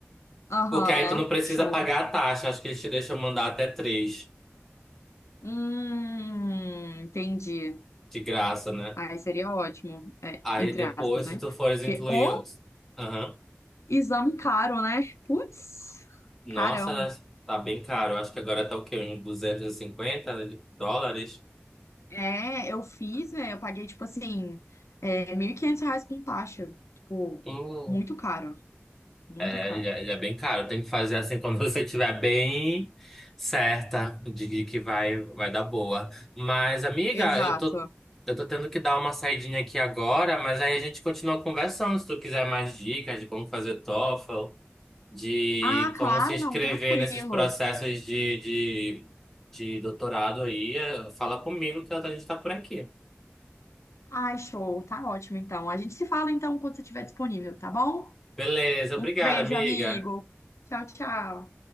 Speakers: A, on the left; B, in the centre.
A: Aham,
B: Porque aí tu não precisa
A: show.
B: pagar a taxa, acho que eles te deixam mandar até três
A: Hum, entendi.
B: de graça, né?
A: Aí seria ótimo, é,
B: Aí
A: entre
B: depois,
A: aspas, né?
B: se tu fores
A: Porque
B: incluir...
A: o
B: os- Aham.
A: exame caro, né? Putz,
B: Nossa,
A: carão.
B: tá bem caro, acho que agora tá o quê, uns duzentos e cinquenta dólares?
A: É, eu fiz, é, eu paguei, tipo assim, é, 1.500 reais com taxa. Tipo,
B: Hum.
A: muito caro, muito
B: É,
A: caro.
B: ele é, ele é bem caro. Tem que fazer assim quando <laughs> você estiver bem certa de de que vai, vai dar boa. Mas, amiga,
A: Exato.
B: eu tô, eu tô tendo que dar uma saidinha aqui agora, mas aí a gente continua conversando. Se tu quiser mais dicas de como fazer TOEFL, de
A: Ah,
B: como
A: claro,
B: se inscrever
A: não, tranquilo.
B: nesses processos de, de, de doutorado aí, eh, fala comigo que a gente tá por aqui.
A: Ai, show, tá ótimo então. A gente se fala então quando você estiver disponível, tá bom?
B: Beleza, obrigado,
A: Um beijo,
B: amiga.
A: amigo. Tchau, tchau.